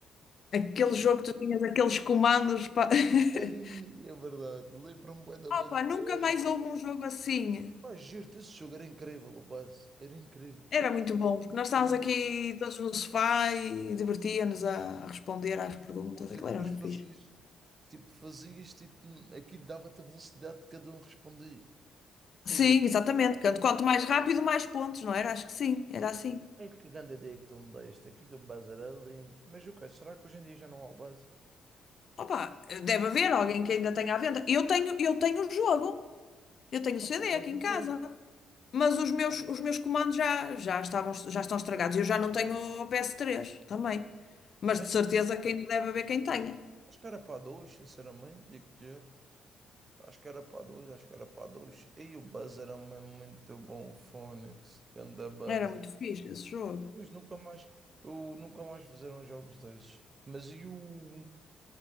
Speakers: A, on the left; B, on the right.
A: Aquele jogo que tu tinhas aqueles comandos. Pá. <laughs>
B: Ei, é verdade. Lembro-me bué da bem
A: Opa,
B: do
A: nunca
B: Buzz.
A: mais houve um jogo assim.
B: Pá, giro, esse jogo era incrível, o Buzz. Era incrível.
A: Era muito bom, porque nós estávamos
B: Era muito
A: aqui todos no sofá e divertíamos a responder às perguntas.
B: bom. E
A: Aquilo
B: depois
A: era muito
B: fazias,
A: fixe.
B: tipo, fazias, tipo, aquilo dava-te a velocidade que cada um respondia.
A: Sim,
B: Ei, eu,
A: exatamente. Quanto, quanto mais rápido, mais pontos, não era? Acho que sim, era assim.
B: ei, que grande ideia que tu me deste. Aquilo do Buzz era lindo. Mas o que será que hoje em dia já não há o Buzz?
A: Opa, deve haver alguém que ainda tenha à venda. Eu tenho, eu tenho o jogo. Eu tenho o CD
B: Ah, tu tens
A: aqui
B: o
A: em casa.
B: jogo.
A: Mas os meus,
B: Ah,
A: os meus comandos já, já estavam, já estão estragados. Eu já não tenho o PS3 também. Mas
B: é?
A: de certeza que ainda deve haver quem tenha.
B: Acho que era para dois, sinceramente, digo-te já. Acho que era para dois, acho que era para dois. E o Buzz era mesmo muito bom, o Fónix, ganda Buzz.
A: Era muito fixe esse jogo.
B: Pois nunca mais, eu nunca mais fizeram jogos desses. Mas e o